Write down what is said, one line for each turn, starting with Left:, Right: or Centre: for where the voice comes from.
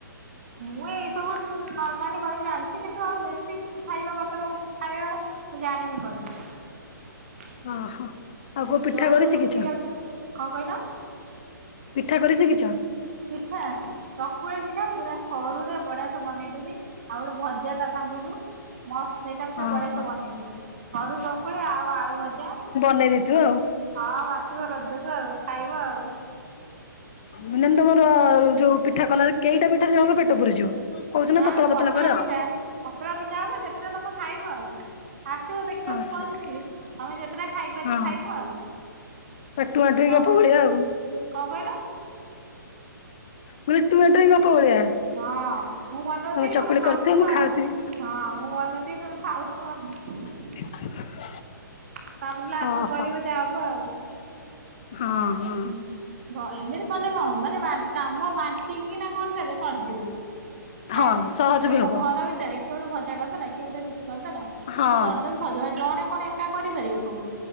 Right: ମୁଁ ଏଇସବୁ ନର୍ମାଲି କରି ଜାଣିଛି କିନ୍ତୁ ଆଉ ବେଶୀ- ଖାଇବା କଥାଟା ଖାଇବା ମୁଁ ଜାଣିନି କରି
Left: ଓହୋ ଆଉ କୋଉ ପିଠା
Right: ଯୋଉ
Left: କରି ଶିଖିଛ
Right: ରୁଟି ଟାକୁ କଣ କହିଲ?
Left: ପିଠା କରି ସିକିିଚ?
Right: ପିଠା ଚକୁଳି ପିଠା ପୁରା ସରୁରେ ବଢିଆ ସେ ବନେଇଦେବି ଆଉ ଗୋଟେ ଭଜା ତା ସାଙ୍ଗକୁ। ମସ୍ତ ସେଇଟା ପୁରା
Left: ଓହୋ
Right: ବଢିଆ ସେ
Left: ଆଉ
Right: ବନେଇ ଦେବି ସରୁ ସକୁଳି ଆଉ ଆଳୁ ଭଜା।
Left: ଣ୍ଡେଇ ଦେଇଥିବ ଆଉ।
Right: ହଁ ଆଉ ଆସିବ ରଜକୁ ଆଉ ଖାଇବ ଆଉ।
Left: ମିଳନ ତମର ଯୋଉ ପିଠା କଲାବେଳେ କେଇଟା ପିଠାରେ ଜଣଙ୍କ ପେଟ ପୁରିଯିବ। କହୁଚି
Right: ହଁ
Left: ନା ପତଳା ପତଳା କର।
Right: ପିଠା ପତଳା ପିଠା ହବ ଯେତେଟା ତମେ ଖାଇବ ଆଉ ଆସିବ
Left: ଆଚ୍ଛା
Right: ଦେ ପିଠା ମୁଁ କରିଥିବି ତମେ ଯେତେଟା ଖାଇପାରିବ
Left: ହଁ
Right: ଖାଇବ ଆଉ।
Left: ଟୁଆଁ ଟୁଇଁ
Right: ନ
Left: ଗପ ଭଳିଆ ଆଉ।
Right: କଣ କହିଲ?
Left: ମାନେ ଟୁଆଁ ଟୁଇଁ ଗପ ଭଳିଆ।
Right: ହଁ ମୁଁ ବନଉଥିବି
Left: ଚକୁଳି
Right: ତମେ ଖାଉଥିବ
Left: କରୁଥିବ ମୁଁ ଖାଉଥିବି
Right: ଆଉ। ହଁ ମୁଁ ବନଉଥିବି ତମେ ଖାଉଥିବ ଆଉ।
Left: <inaudible>
Right: ତାପରକୁ ଲାଷ୍ଟକୁ
Left: ଓହୋ।
Right: ସରିବ ଯାହା ହବ ଆଉ।
Left: ହଁ। ହଁ
Right: ହୁଁ, ହଁ ଏମିତି କଲେ କଣ ମାନେ କାମ ବାଣ୍ଟିକିନା କରିଦେଲେ ସରଯିବ।
Left: ହଁ
Right: ହେଲା
Left: ସହଜ
Right: କିଏ
Left: ବି ହବ
Right: ଗୋଟେ ଘର ଭିତରେ କିଏ ଗୋଟେ ଭଜା କରିଦେଲା କିଏ ଗୋଟେ ରୁଟି କରିଦେଲା।
Left: ହଁ
Right: ତ କରିଦେନେ ସରଜିବ ଏ ଜଣେ କଣ ଏକା କରିପାରିବ ସବୁ